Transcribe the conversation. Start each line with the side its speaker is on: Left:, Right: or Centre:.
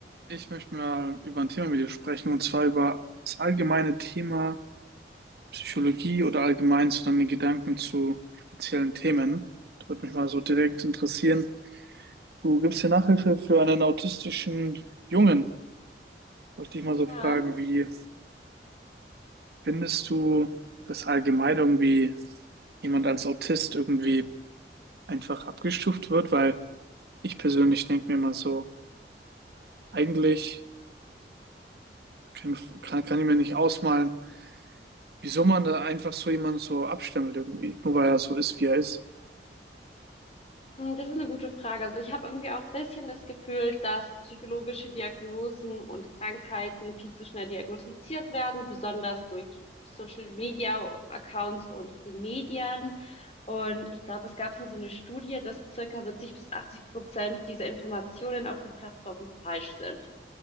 Right: Ich möchte mal über ein Thema mit dir sprechen, und zwar über das allgemeine Thema Psychologie oder allgemein so deine Gedanken zu speziellen Themen. Das würde mich mal so direkt interessieren. Du gibst hier Nachhilfe für einen autistischen Jungen. Wollte dich mal so
Left: Ja,
Right: fragen,
Left: das,
Right: wie findest du, dass allgemein irgendwie jemand als Autist irgendwie einfach abgestuft wird? Weil ich persönlich denke mir immer so, eigentlich kann, kann ich mir nicht ausmalen, Wieso man da einfach so jemanden so abstempelt irgendwie, nur weil er so ist, wie er ist.
Left: mh, das ist eine gute Frage. Also ich habe irgendwie auch ein bisschen das Gefühl, dass psychologische Diagnosen und Krankheiten viel zu schnell diagnostiziert werden, besonders durch Social Media Accounts und den Medien. Und ich glaube, es gab so eine Studie, dass circa 70 bis 80 Prozent dieser Informationen auf den Plattformen falsch sind.